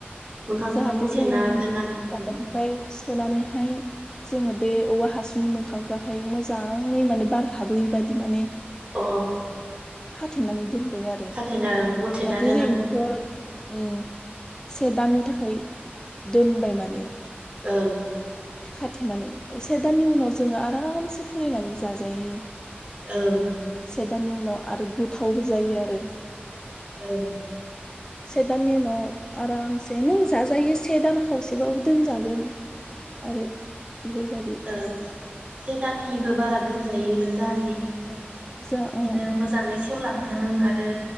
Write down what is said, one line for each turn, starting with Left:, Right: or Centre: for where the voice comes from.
Right: मोखांखौ
Left: जाहाथे
Right: मुथेना
Left: जोङो
Right: दोननांगो
Left: ओमफ्राय सोनानैहाय जोङो बे औवा हासुनि मोखांखौहाय मोजाङै माने बार हाबैबादि माने
Right: अ।
Left: खाथेनानै दोनबाय आरो
Right: खाथेना ओं मुथेना
Left: जाथे
Right: दोननांगौ
Left: जों एखौ उम से दाननि थाखाय दोनबाय माने
Right: ओं
Left: खाथेनानै से दाननि उनाव जोङो आरामसे खुलिनानै जाजायो।
Right: ओं
Left: से दानि उनाव आरो गोथावबो जायो आरो
Right: औ
Left: से दाननि उनाव आरामसे नों जाजायो से दान खावसेबाबो दोनजागोन। आरो बेफोरबायदि
Right: ओ से दाननिबो बारा दोनजायो जाहाथे इयो बिदिनो
Left: जा अ
Right: मोजाङै सेवलांथों आरो